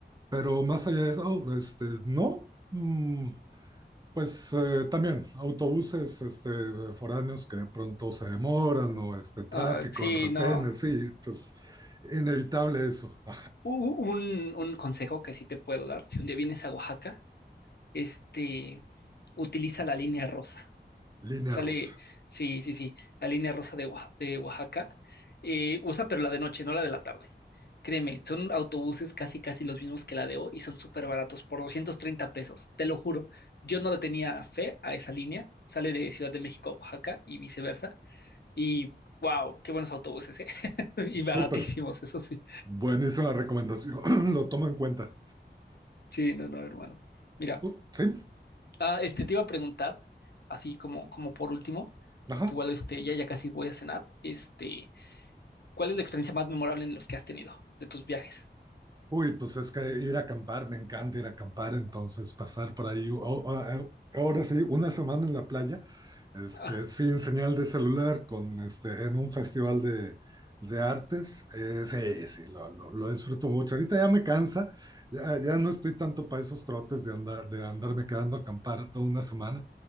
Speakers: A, on the right; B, on the left.
A: pero más allá de eso, oh, este, no. Mm, pues eh, también autobuses este, foráneos que de pronto se demoran o este tráfico
B: Ah, sí,
A: en retenes,
B: no.
A: sí, pues inevitable eso. <laughs>
B: u- un, un consejo que sí te puedo dar, si un día vienes a Oaxaca, este, utiliza la línea rosa.
A: Línea
B: Sale,
A: rosa.
B: sí, sí, sí, la línea rosa de, Oaxa- de Oaxaca. eh, usa, pero la de noche, no la de la tarde. Créeme, son autobuses casi, casi los mismos que la de hoy y son súper baratos, por 230 pesos, te lo juro. Yo no le tenía fe a esa línea. Sale de Ciudad de México a Oaxaca y viceversa. Y wow, qué buenos autobuses, ¿eh? <laughs> Y
A: Súper.
B: baratísimos, eso sí.
A: Buenísima recomendación. <clears throat> Lo tomo en cuenta.
B: Sí, no, no, hermano. Mira.
A: Uh, sí,
B: Ah, este, te iba a preguntar, así como, como por último, porque
A: ajá.
B: igual este, ya, ya casi voy a cenar, este, ¿cuál es la experiencia más memorable en los que has tenido de tus viajes?
A: Uy, pues es que ir a acampar, me encanta ir a acampar, entonces pasar por ahí, o- o- a- ahora sí, una semana en la playa, este,
B: Ah,
A: sin señal de celular, con este, en un festival de, de artes, eh, sí, sí, lo, lo- lo disfruto mucho. Ahorita ya me cansa, ya, ya no estoy tanto para esos trotes de andar, de andarme quedando a acampar toda una semana,